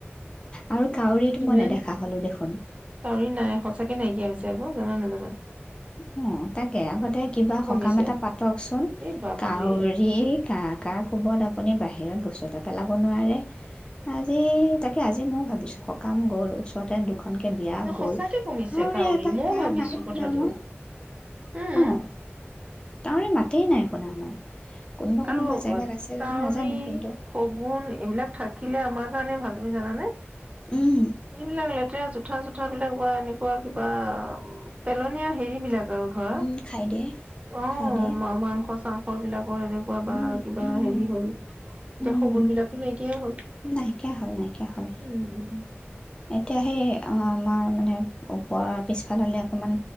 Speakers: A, on the left; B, on the right.
A: আৰু কাউৰীটো
B: ইমান
A: মই নেদেখা হ'লো দেখোন
B: কাউৰী নাই <unintelligible> হৈছে আকৌ জানা নাজানা?
A: অ', তাকে আগতে কিবা
B: খুব কমিছে
A: সকাম এটা পাতকচোন
B: এই বাপৰে
A: কাউৰী কা কা কোবত আপুনি বাহিৰ বাহিৰত বস্তু এটা পেলাব নোৱাৰে আজি তাকে আজি ময়ো ভাবিছোঁ সকাম গ'ল ওচৰতে কে বিয়া গ'ল,
B: সঁচাকে কমিছে
A: কাউৰীৰ
B: কাউৰী
A: এটা
B: মইও
A: কা
B: ভাবিছো
A: নাই শুনা
B: কথাটো
A: মই
B: উম
A: অহ। <unintelligible> মাতেই নাই শুনা মই। কোনোবা কোনোবা
B: আৰু
A: জেগাত আছে যদি
B: কাউৰী
A: নাজানো কিন্তু
B: শগুন এইবিলাক থাকিলে আমাৰ সিমানেই ভাল তুমি জানা নে
A: উম
B: যিবিলাক লেতেৰা জোঠা চা থাৰ বিলাক বা এনেকুৱা কিবা পেলনীয়া হেৰি বিলাক আৰু ধৰা
A: উম খাই দে
B: অ
A: খাই দে
B: মা মাংস চাং <unintelligible> এনেকুৱা বা
A: উম
B: কিবা
A: উম
B: হেৰি হ'ল। এতিয়া
A: উম
B: শগুন বিলাকো ন <unintelligible> হ'ল,
A: নাইকিয়া হ'ল নাইকিয়া হ'ল
B: উম।
A: এতিয়া সেই আমাৰ মানে ওপৰৰ পিছফাল হলে অকমান